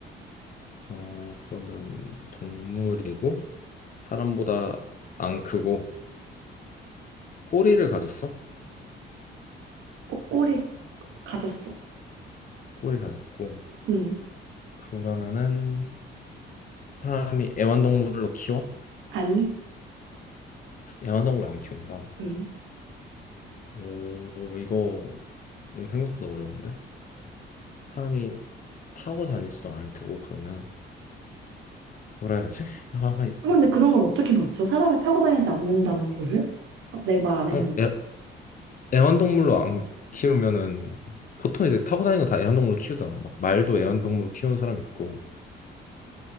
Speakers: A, on the left; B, on the right.
A: 어, 그러면 동물이고, 사람보다 안 크고, 꼬리를 가졌어?
B: 어, 꼬리 가졌어.
A: 꼬리 가졌고
B: 응.
A: 그러면은 사람이 애완동물로 키워?
B: 아니?
A: 애완동물 안 키운다.
B: 응.
A: 오 이거 음, 생각보다 어려운데 사람이 타고 다니지도 않을 테고 그러면 뭐라 해야 되지? 아, 이-
B: 근데 그런 걸 어떻게 맞춰? 사람이 타고 다니지 않는다는 거를? 어, 내가 말 안 했는데.
A: 어, 애, 애완동물로 안 키우면은 보통 이제 타고 다니는 거 다 애완동물로 키우잖아. 막 말도 애완동물로 키우는 사람 있고